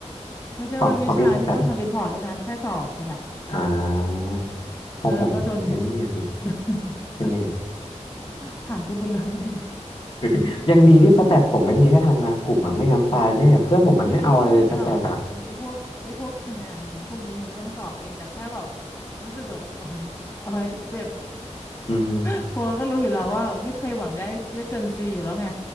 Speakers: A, on the left (about 25°); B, on the left (about 45°).
A: ไม่ใช่ว่าวิชาที่ต้องทำรีพอร์ตด้วยนะแค่สอบแต่นแหละ
B: ของของพี่สักแปดร้อยอ่าของผมเป็นไอ้นี่อะสิ
A: ก็เราก็โดน <laughs> โดนก็
B: เนต
A: ผ่านก็บุญแล้วอะไรอย่างเงี้ย
B: <laughs> ยังดีที่สแตทผมไม่มีให้ทำงานกลุ่มอะไม่งั้นตายแน่เพื่อนผมมันไม่เอาอะไรเลยสแตทอะ
A: ไม่มีไม่มีหรอกไอ้ไอ้พวกไอ้พวกคะแนนพวกนี้มันก็ต้องสอบเองแต่แค่แบบรู้สึกแบบโอ้ยโอ้ยเจ็บ
B: อืม
A: เพราะว่าก็รู้อยู่แล้วว่าไม่เคยหวังได้เลือกเกินซีอยู่แล้วไง